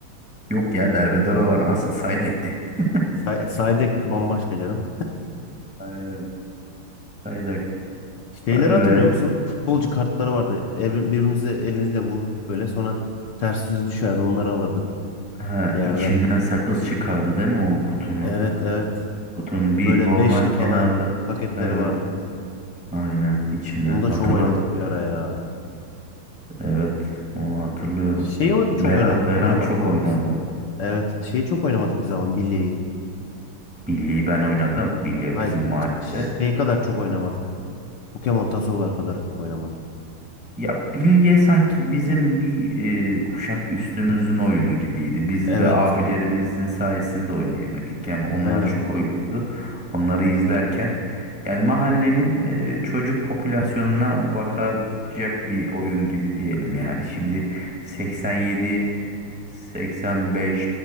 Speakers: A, in the centre; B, on the left (about 65°).
A: Yok ya derbeder olan asıl Psyduck'ti. <laughs>
B: Psy Psyduck bambaşka canım.
A: Aynen. Psyduck.
B: Şeyleri
A: Vay be.
B: hatırlıyor musun? Futbolcu kartları vardı. Evrim- Birbirimize elimizle vururduk böyle. Sonra ters yüz düşerdi. Onları alırdık
A: Ha,
B: yerden.
A: içinden Hmm. sakız çıkardı değil mi o kutunun?
B: Evet evet.
A: Kutunun bir
B: Böyle
A: normal
B: beşli
A: kenarlı.
B: falan paketleri
A: Evet.
B: vardı.
A: Aynen içinden.
B: Onu da
A: Hatırlamadım.
B: çok oynadık bir ara ya.
A: Evet. Onu hatırlıyorum.
B: Şeyi oy- çok
A: Beran
B: oyna-
A: Beran
B: oynamadık
A: çok
B: ama
A: oynardı
B: biz.
A: onu.
B: Evet şeyi çok oynamadık biz ama bilyeyi.
A: Bilye'yi ben oynadım. Bilye
B: Hayır
A: bizim mahallede.
B: şey kadar çok oynamadık. Pokemon tasoları kadar çok oynamadık.
A: Ya bilye sanki bizim bir e, kuşak üstümüzün oyunu gibiydi. Biz
B: Evet
A: de abilerimizin sayesinde oynayabildik. Yani onlar
B: aynen
A: çok oynuyordu. Onları izlerken yani mahallenin e, çocuk popülasyonuna bakacak bir oyun gibi diyelim yani. Şimdi 87, 85,